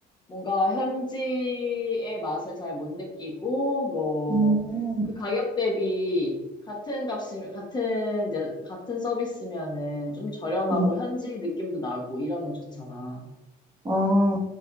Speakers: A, on the left; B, on the right.
A: 뭔가 현지의 맛을 잘 못 느끼고 뭐
B: 음,
A: 그 가격 대비 같은 값이 같은 이제 같은 서비스면은 좀 저렴하고
B: 음.
A: 현지 느낌도 나고 이러면 좋잖아.
B: 아,